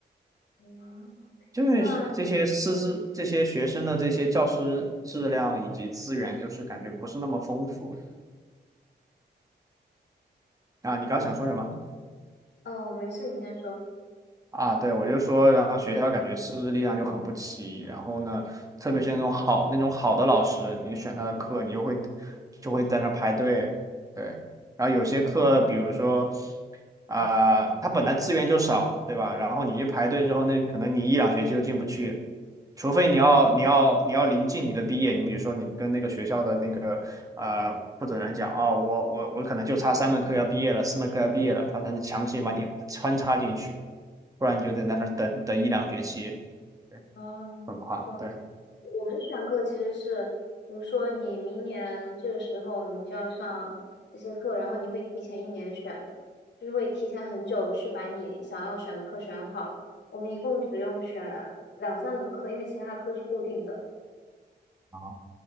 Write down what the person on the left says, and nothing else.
嗯。
那
哦，没事，你先说。
啊
啊，
是的，
我们选课其实是，比如说你明年这个时候你就要上这些课，然后你会提前一年选，就是会提前很久去把你想要选的课选好。我们一共只用选两三门课，因为其他课是固定的。